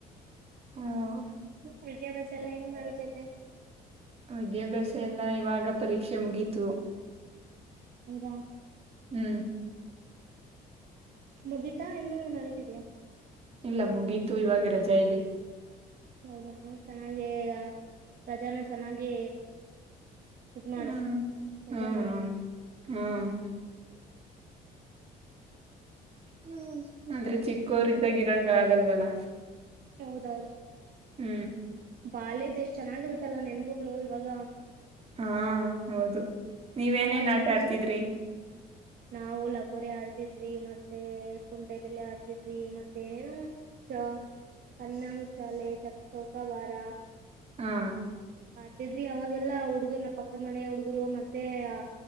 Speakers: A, on the right; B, on the right.
A: ಹ್ಮ
B: ವಿದ್ಯಾಭ್ಯಾಸ ಎಲ್ಲಾ ಹೆಂಗ್ ನಡತೈತೆ.
A: ವಿದ್ಯಾಭ್ಯಾಸ ಎಲ್ಲ ಇವಾಗ ಪರೀಕ್ಷೆ ಮುಗೀತು
B: ಹೌದಾ
A: ಹ್ಮ್
B: ಮುಗಿತಾ ಇನ್ನುೂ ನಡತಿದಯ.
A: ಇಲ್ಲ ಮುಗೀತು ಇವಾಗ ರಜಾ ಇದೆ.
B: ಹೌದಾ ಚೆನ್ನಾಗ ಪ್ರಜನ ಚೆನ್ನಾಗಿ. ಇದ್ ಮಾಡ
A: ಹ್ಮ್
B: ಎಂಜಾಯ್
A: ಹ್ಮ್
B: ಮಾಡ್
A: ಹ್ಮ್ ಹ್ಮ್. ಆದಂದ್ರೆ ಚಿಕ್ಕೋರ್ದ್ದಾಗ
B: ಮತ್ತೆ
A: ಗಿರಂಗ ಆಗಲ್ವಲ್ಲ.
B: ಹೌದೌದು.
A: ಹ್ಮ್
B: ಬಾಲ್ಯದ್ ಎಷ್ಟ್ ಚೆನ್ನಾಗಿರುತ್ತಲ್ಲಾ ನೆನ್ಪುಗಳು ಇವಾಗ
A: ಹಾ ಹೌದು. ನೀವೇನೇನ್
B: ಅವಾಗ
A: ಆಟ
B: ಹೆಂಗ್
A: ಆಡ್ತಿದ್ರಿ
B: ಸು ನಾವು ಲಗೋರಿ ಆಡ್ತಿದ್ವಿ ಮತ್ತೆ ಕುಂಟೆಬಿಲ್ಲೆ ಆಡ್ತಿದ್ವಿ ಮತ್ತೆ ಏನೇನು ಚ ಕನ್ನಾ ಮುಚ್ಚಾಲೆ ಚ ಚೌಕಾಬಾರ
A: ಹಾ
B: ಇದ ಇದ್ವಿ ಅವಾಗಲ್ಲ ಹುಡುಗರನ ಪಕ್ಕದ ಮನೆ ಹುಡುಗರು ಮತ್ತೆ ಆ